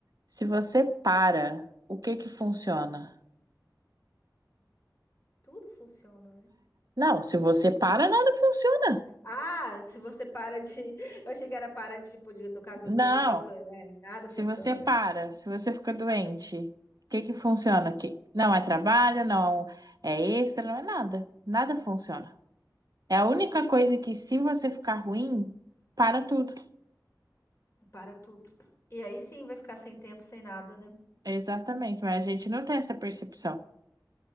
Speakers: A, on the right; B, on the left.
A: Se você para, o que que funciona?
B: Tudo funciona, né?
A: Não, se você para, nada funciona.
B: Ah, se você para de. <laughs> Eu achei que era para de, tipo, de- do caso das
A: Não,
B: preocupações, né? Nada
A: se
B: funciona.
A: você para, se você fica doente, o que que funciona? Que não é trabalho, não é extra, não é nada. Nada funciona. É a única coisa que se você ficar ruim, para tudo.
B: Para tudo. E aí sim vai ficar sem tempo, sem nada, né?
A: Exatamente, mas a gente não tem essa percepção.